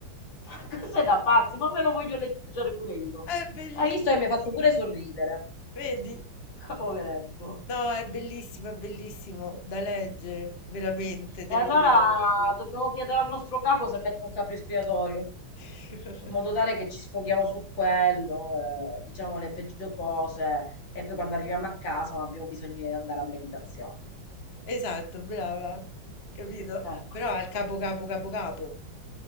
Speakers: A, on the left; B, on the left.
A: Ma cos'è da pazzi? Ma me lo voglio leggere pure io.
B: È bellissimo.
A: Hai visto che mi hai fatto pure sorridere.
B: Vedi?
A: <laughs> Ah, Poveretto.
B: No, è bellissimo, è bellissimo da leggere, veramente, te
A: E allora
B: lo devi leggere.
A: dobbiamo chiedere al nostro capo se mette un capro espiatorio, in
B: <laughs>
A: modo tale che ci sfoghiamo su quello, eh, diciamo le peggio cose, e poi quando arriviamo a casa non abbiamo bisogno di andare a meditazione.
B: Esatto, brava, capito?
A: Ecco.
B: Però al capo, capo, capo, capo.